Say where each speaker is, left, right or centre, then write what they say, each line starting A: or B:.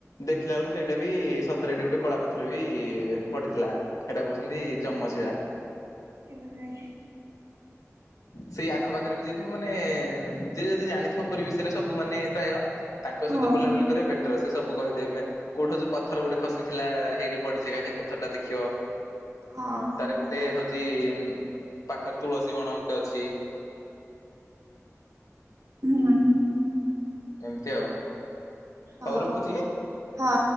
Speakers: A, on the left; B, on the right.
A: ଦେଖିଲା ବେଳକୁ ସେଇଟା ବି ସତରେ ବି ଗୋଟେ କଳା ପଥର ବି ପଡିଥିଲା। ସେଟା କହୁଛନ୍ତି ଯମଶିଳା।
B: ଏମାହାଇ
A: ସେଇ ଆଖପାଖରେ ବି ଯିଏଥିବ ମାନେ ଯିଏ ଯଦି ଜାଣିଥିବ? ଛୋପୁରୀ ବିଷୟରେ ସବୁ ମାନେ ପ୍ରାୟ ତାଙ୍କ
B: ହଁ
A: ସହିତ ବୁଲାବୁଲି କରିବା ବେଟର ସେ ସବୁ କହିଦେବେ ସ କୋଉଠୁ ଯୋଉ ପଥର ଗୋଟେ ଖସିଥିଲା ହେଇରି ପଡିଛିା ସେଇ ପଥରଟା ଦେଖିବ?
B: ହଁ
A: ତାର ଗୋଟେ ହଉଛି ଉ ପାଖରେ ତୁଳସୀ ବଣ ଗୋଟେ ଅଛି।
B: ହୁଁ
A: ଏମିତି ଆଉ
B: ହଁ
A: ହଉ ରଖୁଛି।
B: ହ ହଁ।